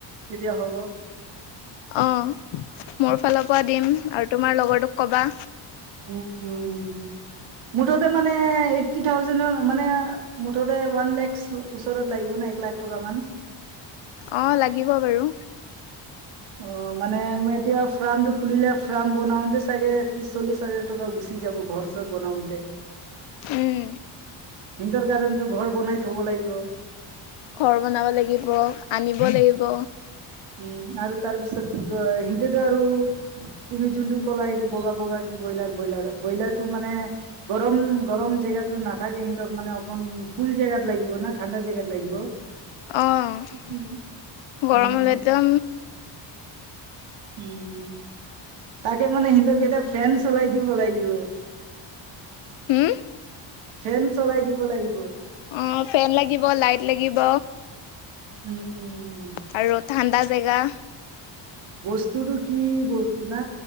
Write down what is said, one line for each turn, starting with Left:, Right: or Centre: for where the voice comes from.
Right: কেতিয়া হ'ব।
Left: অ', মোৰ ফালৰ পৰা দিম আৰু তোমাৰ লগৰটোক ক'বা।
Right: উম, উম। মুঠতে মানে এইটটি থাউজেণৰ, মানে মুঠতে ওৱান লেক্স ওচৰত লাগিব ন এক লাখ টকা মান।
Left: অ লাগিব বাৰু
Right: অ', মানে মই এতিয়াও ফাৰ্মটো খুলিলে ফাৰ্ম বনাওঁতে চাগে ত্ৰিশ চল্লিশ হাজাৰ টকা গুচি যাব, ঘৰ চৰ বনাওঁতে।
Left: উম
Right: সিহঁতৰ কাৰণেটো ঘৰ বনাই থ'ব লাগিব।
Left: ঘৰ বনাব লাগিব, আনিব লাগিব।
Right: উম, আৰু তাৰপিছত কি কয় সিহঁতেটো আৰু তুমি যোনটো ক'লা এইটো বগা বগা ব্ৰইলাৰ, ব্ৰইলাৰ, ব্ৰইলাৰটো মানে গৰম গৰম জেগাতো নাথ তাকে, ইহিতক মানে অকণ মুকলি জেগাত লাগিব না, ঠাণ্ডা জেগাত লাগিব।
Left: অ',
Right: উম
Left: গৰম
Right: উম
Left: হ'লেটো
Right: উম, তাকে মানে সিহঁতক এতিয়া ফেন চলাই দিব লাগিব। <inaudible>
Left: হুম?
Right: ফেন চলাই দিব লাগিব
Left: অ', ফেন লাগিব, লাইট লাগিব।
Right: উম, উম, উম।
Left: আৰু ঠাণ্ডা জেগা।
Right: বস্তুটো কি বস্তু না?